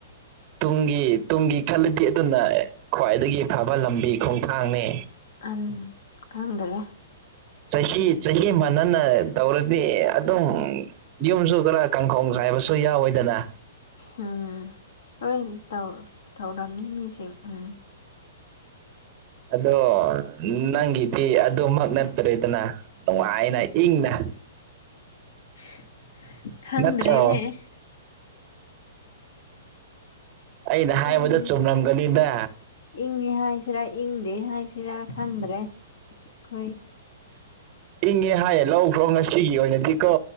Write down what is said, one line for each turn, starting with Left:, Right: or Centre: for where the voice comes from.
Right: ꯇꯨꯡꯒꯤ ꯇꯨꯡꯒꯤ ꯈꯜꯂꯗꯤ ꯑꯗꯨꯅ ꯈ꯭ꯋꯥꯏꯗꯒꯤ ꯐꯕ ꯂꯝꯕꯤ ꯈꯣꯡꯊꯥꯡꯅꯤ
Left: ꯑ ꯈꯪꯗꯔꯦ
Right: ꯆꯍꯤ ꯆꯍꯤ ꯃꯅꯅ ꯇꯧꯔꯗꯤ ꯑꯗꯨꯝ ꯌꯨꯝꯁꯨ ꯈꯔ ꯀꯥꯡꯈꯣꯡ ꯆ ꯄꯥꯏꯕꯁꯨ ꯌꯥꯎꯋꯦꯗꯅ
Left: ꯎꯝ ꯍꯣꯏ ꯇꯧꯔꯝꯃꯤ ꯃꯤꯁꯤꯡ ꯎꯝ <inaudible>
Right: ꯑꯗꯣ ꯅꯪꯒꯤꯗꯤ ꯑꯗꯨꯃꯛ ꯅꯠꯇꯔꯦꯗꯅ ꯅꯨꯡꯉꯥꯏꯅ ꯏꯪꯅ
Left: <inaudible> ꯈꯪꯗ꯭ꯔꯦꯅꯦ
Right: ꯅꯠꯇ꯭ꯔ ꯑꯩꯅ ꯍꯥꯏꯕꯗ
Left: ꯏꯪ
Right: ꯆꯨꯝꯔꯝꯒꯅꯤꯗ
Left: ꯏꯪꯍꯁꯔꯥ ꯏꯪ ꯍꯥꯏꯁꯤꯔꯥ ꯈꯪꯗ꯭ꯔꯦ ꯑꯩꯈꯣꯏ
Right: ꯏꯪꯉꯦ ꯍꯥꯏꯌꯦ ꯂꯧꯈ꯭ꯔꯣ ꯉꯁꯤꯒꯤ ꯑꯣꯏꯅꯗꯤ ꯀꯣ